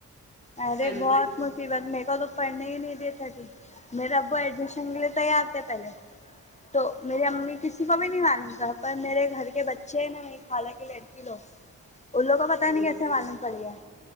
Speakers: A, on the left; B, on the right.
A: ارے
B: ٹینتھ
A: بہت
B: بھی
A: مصیبت میرے کو تو پڑھنے ہی نہیں دییےتھے میرے ابو ایڈمیشن کے لیے تیار تھے پہلے تو میری امی کسی کو بھی نہیں معلوم تھا پر میرے گھر کے بچے ہیں نا میرے خالا کے لڑ کی لوگ ان لوگوں کو پتا ہی
B: ہوں
A: نہیں کیسے معلوم پڑ گیا